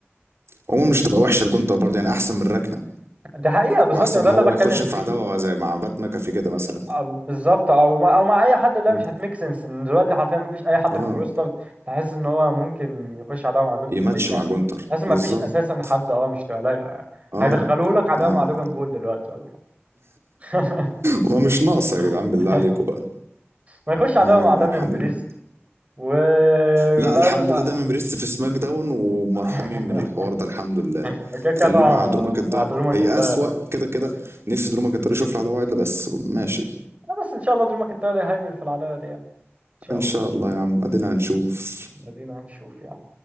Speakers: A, on the right (about 70°); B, on the right (about 30°).
A: عموما مش هتبقى وحشه الجونتا برضه يعني احسن من الركنه
B: دي حقيقه بالظبط
A: واحسن
B: ده
A: من
B: اللي
A: هو
B: أنا بتكلم
A: يخش
B: فيه
A: في عداوه زي مع بات ماكافي كده مثلا
B: آه، بالظبط او ما او مع اي حد اللي هي
A: اه
B: مش هتميك سنس ان دلوقتي حرفيا ما فيش اي حد
A: اه
B: في الروستر تحس ان هو ممكن يخش عداوه مع جندر
A: يماتش
B: يعني
A: مع جونتر
B: تحس ما
A: بالظبط
B: فيش اساسا حد اه مش تبقى لايقه يعني
A: اه
B: هيدخلوه لك عداوه
A: اه
B: مع دوجان بول دلوقتي ولا حاجه <laughs>
A: ومش ناقصه يا
B: <laughs>
A: جدعان بالله عليكم بقى
B: ما يخش عداوة
A: يعني
B: مع داميان
A: ارحمونا
B: بريست ويبعدوا
A: لا الحمد
B: بقى
A: لله دايما بريست في سماك داون ومرحومين
B: <laughs>
A: من الحوار ده الحمد لله
B: كده كده
A: خليه
B: طبعا
A: مع
B: مع
A: درو ماكنتاير
B: مع درو ماكنتاير
A: هي اسوأ
B: آه،
A: كده كده نفسي درو ماكنتاير يشوف له عداوه عدله بس ماشي
B: بس ان شاء الله درو ماكنتاير هيهيمن في العداوة دي يعني ان شاء
A: ان
B: الله
A: شاء الله يا عم ادينا هنشوف
B: ادينا هنشوف يعني